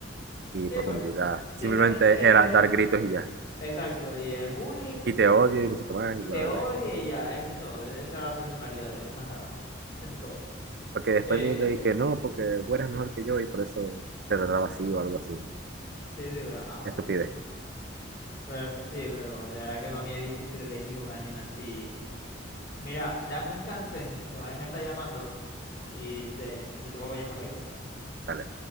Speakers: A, on the right (about 55°); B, on the left (about 50°).
A: y
B: Sí,
A: profundidad.
B: porque
A: Simplemente
B: simplemente,
A: era dar gritos y ya.
B: exacto, y el bullying,
A: Y te odio y no sé qué más
B: y
A: y bla,
B: te
A: bla,
B: odia
A: bla.
B: y ya, eso es todo. e- Esa era la personalidad de él, más nada. Eso es todo.
A: Porque después
B: Eh,
A: diga y que no, porque tú eres mejor que yo y por eso te trataba así o algo así.
B: sí, sí, pero no,
A: Estupidez,
B: eh, pero, sí, pero de verdad que para mí es difícil elegir un anime así. Mira, dame un chance, que a mí me está llamando, y te, y te vuelvo a llamar, ¿oíste?
A: dale.